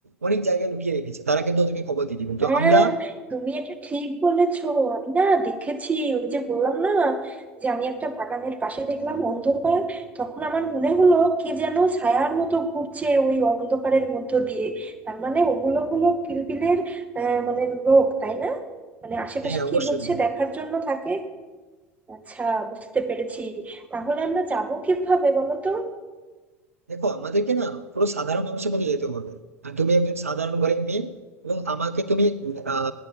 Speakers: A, on the right (about 85°); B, on the right (about 20°).
A: অনেক জায়গায় লুকিয়ে রেখেছে তারা কিন্তু ওদেরকে খবর দিয়ে দিবে তো
B: হ্যাঁ
A: আমরা
B: তুমি এটা ঠিক বলেছো আমি না দেখেছি ওই যে বললাম না যে আমি একটা বাগানের পাশে দেখলাম অন্ধকার তখন আমার মনে হলো কে যেন ছায়ার মতো ঘুরছে ওই অন্ধকারের মধ্য দিয়ে তার মানে ওগুলো হলো কিলবিলের আহ মানে লোক তাই না মানে আশেপাশে
A: হ্যাঁ অবশ্যই
B: কি হচ্ছে দেখার জন্য থাকে আচ্ছা বুঝতে পেরেছি তাহলে আমরা যাব কিভাবে বলো তো
A: দেখো আমাদেরকে না পুরো সাধারণ মানুষের মতো যেতে হবে আর তুমি একজন সাধারণ ঘরের মেয়ে এবং আমাকে তুমি আহ